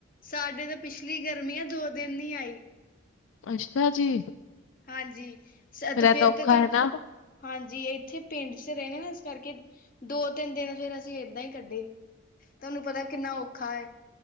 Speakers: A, on the left; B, on the left.
A: ਸਾਡੇ ਤਾਂ ਪਿਛਲੀ ਗਰਮੀ ਆ ਦੋ ਦਿਨ ਨੀ ਆਈ
B: ਅੱਛਾ ਜੀ
A: ਹਾਂਜੀ ਸ ਤੇ
B: ਐ
A: ਫੇਰ
B: ਔਖਾ
A: ਤਾਂ ਤੁੂੰ
B: ਹੈ ਨਾ
A: ਹਾਂਜੀ ਇੱਥੇ ਪਿੰਡ ਚ ਰਹਿਣੇ ਨਾ ਕਰਕੇ, ਦੋ ਤਿੰਨ ਦਿਨ ਫੇਰ ਅਸੀਂ ਏਦਾਂ ਹੀ ਕੱਢੇ। ਤੁਹਾਨੂੰ ਪਤਾ ਕਿੰਨਾ ਔਖਾ ਹੈ